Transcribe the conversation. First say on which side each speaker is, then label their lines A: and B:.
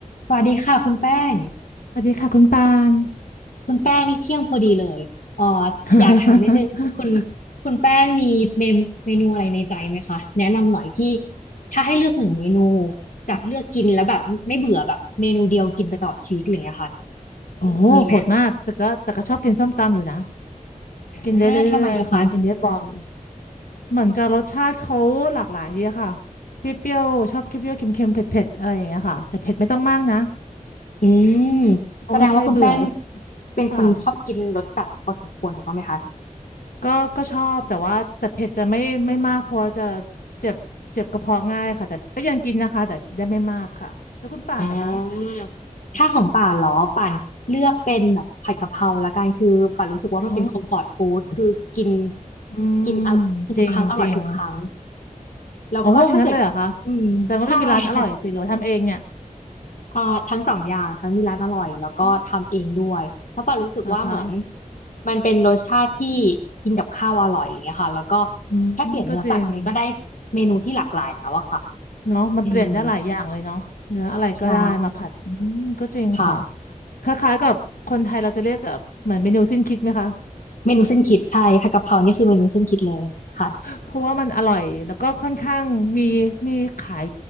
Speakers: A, on the left (about 65°); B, on the left (about 80°).
A: สวัสดีค่ะคุณแป้ง
B: สวัสดีค่ะคุณปาน
A: คุณแป้งนี่เที่ยงพอดีเลยเอ่อ
B: <laughs>
A: อยากถามนิดนึงคุณคุณแป้งมีเมมเมนูอะไรในใจไหมคะแนะนำหน่อยที่ถ้าให้เลือกหนึ่งเมนูจะเลือกกินแล้วแบบไม่เบื่อแบบเมนูเดียวกินไปตลอดชีวิตอะไรอย่างเงี้ยค่ะ
B: โอ้โหโหดมากแต่ก็แต่ก็ชอบกินส้มตำอยู่นะ
A: มีไหม
B: กินได้เรื่อยๆค่ะกินได้บ่อย
A: อ่าทำไมอะคะ
B: เหมือนกับรสชาติเขาหลากหลายดีอะค่ะเปรี้ยวๆชอบเปรี้ยวๆเค็มๆเผ็ดๆอะไรอย่างเงี้ยค่ะแต่เผ็ดไม่ต้องมากนะ
A: อืม
B: ก็ไม่ค่อยเบื่อแล้ว
A: แสดงว่าคุณแป้งเป็นคนชอบกินรสจัดพอสมควรถูกต้องไหมคะ
B: ค่ะก็ก็ชอบแต่ว่าแต่เผ็ดจะไม่ไม่มากเพราะจะเจ็บเจ็บกระเพาะง่ายค่ะแต่ก็ยังกินนะคะแต่ได้ไม่มากค่ะแล้วคุณป่านนะคะ
A: อ่าถ้าของป่านเหรอป่านเลือกเป็นแบบผัดกะเพราละกันคือป่านรู้สึกว่ามันเป็นคอมฟอร์ตฟู้ดคือกิน
B: อ๋ออื
A: กินอะกินทุกครั้งอร่อยทุกครั้ง
B: มจริงจริง
A: แล้วก็ถ้าเกิดอืมใช่
B: โอ้งั้นเลยเหรอคะแสดงว่ารย์ก็จะมีร้านอร่อยสิหรือว่าทำเองเนี่ย
A: <laughs> ค่ะอ่าทั้งสองอย่างทั้งมีร้านอร่อยแล้วก็ทำเองด้วยแล้าะป่านรู้สึกว่าเหมือน
B: อ๋อเหรอคะ
A: มันเป็นรสชาติที่กินกับข้าวอร่อยอย่างเงี้ยค่ะแล้วก็
B: อืมก็จริง
A: แค่เปลี่ยนเนื้อสัตว์มันก็ได้เมนูที่หลากหลายแล้วอะค่ะ
B: เนาะมันเปลี่ยนได้หลายอย่างเลยเนาะเนื้ออะไรก็ได้มาผัดอืมก็จริงค่ะ
A: อืมใช่ค่ะ
B: คล้ายๆกับคนไทยเราจะเรียกแบบเหมือนเมนูสิ้นคิดไหมคะ
A: เมนูเส้นคิดใช่ผัดกะเพรานี่คือเมนูเส้นคิดเลยค่ะ
B: เพราะว่ามันอร่อย แล้วก็ค่อนข้างมีมีขาย